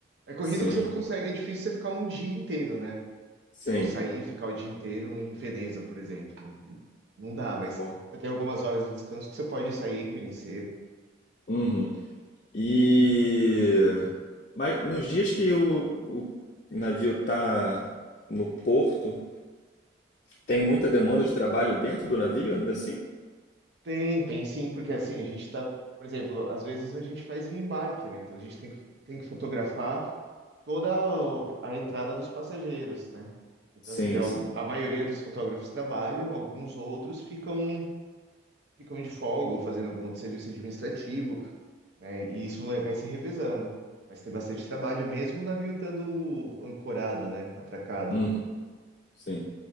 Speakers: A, on the right (about 65°); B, on the left (about 45°).
A: É corrido
B: Sim,
A: que você não consegue, é difícil você ficar um dia inteiro, né?
B: sim.
A: Vou sair e ficar o dia inteiro em Veneza, por exemplo. Não dá, mas
B: Pô.
A: você tem algumas horas de descanso que você pode sair conhecer.
B: Uhum. E mas nos dias que o, o navio tá no porto, tem muita demanda de trabalho dentro do navio ainda assim?
A: Tem, tem sim, porque assim, a gente tá, por exemplo, às vezes a gente faz um embarque, né? Então a gente tem que, tem que fotografar toda a entrada dos passageiros, né? Então,
B: Sim,
A: assim, tem, al-
B: sim.
A: a maioria dos fotógrafos trabalham, alguns outros ficam, ficam de folga ou fazendo algum outro serviço administrativo, né? E isso vai vai se revezando. Mas tem bastante trabalho, mesmo o navio estando ancorado, né? Atracado.
B: Uhum, sim.